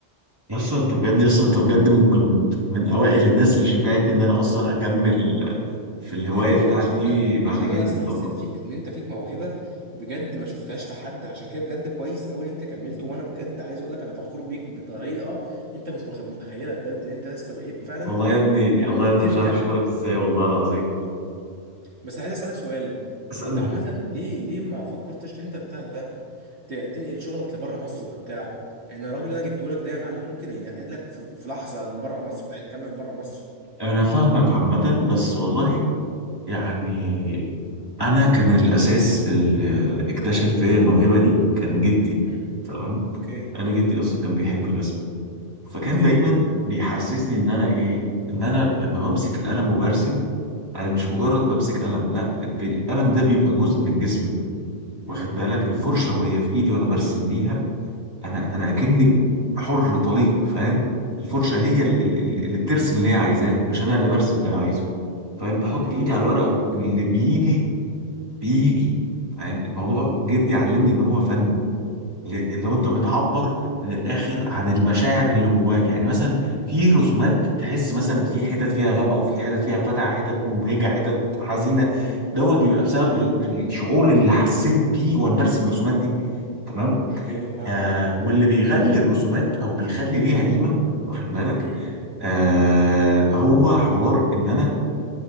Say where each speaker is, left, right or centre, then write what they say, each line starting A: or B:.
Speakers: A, on the right; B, on the right.
A: يا اسطى انت بجد يا اسطى انت بجد من كنت من اوائل الناس اللي شجعتني ان انا اصلا اكمل في الهواية
B: يا ابني
A: بتاعتي
B: عشانك
A: دي بعد
B: عشان
A: جدي
B: انا لسه
A: طبعا
B: حسيت فيك ان انت فيك موهبه بجد ما شفتهاش في حد عشان كده بجد كويس قوي ان انت كملت وانا بجد عايز اقول لك انا فخور بيك بطريقه انت مش مخ- متخيلها بجد ان انت لسه بقيت فعلا
A: والله يا ابني
B: يعني
A: والله
B: بتبدع
A: يا ابني مش عارف اشكرك ازاي والله العظيم
B: بس عايز اسالك سؤال
A: اسألني
B: انت عامه ليه ليه ما فكرتش ان انت بتاع ده ت- تنقل شغلك لبره مصر وبتاع يعني الراجل اللي انا جبته لك ده يا معلم ممكن ينقلك في في لحظه لبره مصر وتكمل بره مصر
A: انا فاهمك عامة بس والله يعني انا كان الاساس اللي اكتشف فيا الموهبه دي كان جدي
B: مم.
A: تمام
B: اوكي
A: انا جدي اصلا كان بيحب الرسم فكان
B: اوكي
A: دايما بيحسسني ان انا ايه ان انا لما بمسك القلم وبرسم انا مش مجرد بمسك قلم لا القلم ده بيبقى جزء من جسمي واخد
B: مم.
A: بالك الفرشه وهي في ايدي وانا برسم بيها انا انا اكني حر طليق فاهم الفرشه هي ال- ال- ال- اللي بترسم اللي هي عايزاه مش انا اللي برسم اللي انا عايزه فاهم بحط
B: ايوه
A: ايدي على الورقه
B: فاهمك
A: واللي بيجي بيجي فاهم الموضوع جدي علمني ان هو فن اللي اللي هو
B: مم.
A: انت بتعبر من الاخر عن المشاعر اللي جواك يعني مثلا في رسومات تحس مثلا في حتت فيها غامقه وفي حتت فيها فاتحه حتت مبهجه حتت حزينه دوت بيبقى بسبب ال- الشعور اللي حسيت بيه وانا برسم الرسومات دي تمام
B: ايوه فاهمك
A: آه واللي بيغلي الرسومات او بيخلي ليها قيمه واخد بالك
B: مم.
A: آه هو حوار ان انا